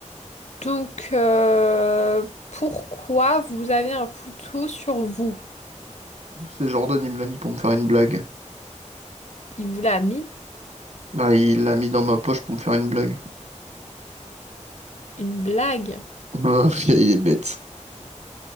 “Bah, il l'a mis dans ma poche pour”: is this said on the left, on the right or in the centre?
Right